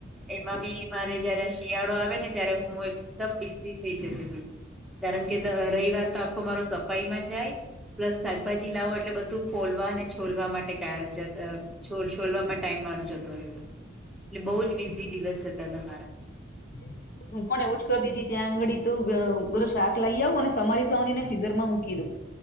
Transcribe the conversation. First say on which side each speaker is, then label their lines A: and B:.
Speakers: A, in the centre; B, on the left.
A: એમાં બી મારે જયારે આ શિયાળો આવે ને ત્યારે હું એક એકદમ બિઝી થઈ જતી હતી કારણ કે રવિવાર તો આખો મારો સફાઈમાં જાય પ્લસ શાકભાજી લાવો એટલે બધું ફોલવા અને છોલવા માટે ટાઇમ જતો છોલ છોલવામાં ટાઈમ મારો જતો રે બધું એટલે બહુ જ બીઝી દિવસ જતા તમારા
B: હ <inaudible> હું પણ એવું જ કરતી હતી ત્યાં આંગળી તો બધું શાક લઇ આવ અને સવારી સવારી ને ફ્રીઝર માં મૂકી દઉં